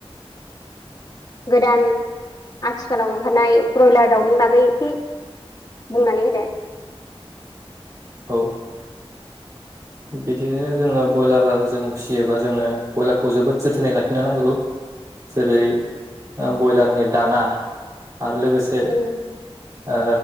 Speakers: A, on the right; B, on the left.
A: <inaudible>
B: गोदान आथिखालाव ओंखारनाय ब्रयलार दाउनि बागै एसे बुंनानै होदो
A: औ बिदिनो जोङो ब्रयलार जों फिसियोबा जोङो ब्रयलारखौ जोबोद जोथोनै लाखिनो नांगौ जेरै ओ ब्रयलारनि दाना। आरो लोगोसे
B: जों
A: ओ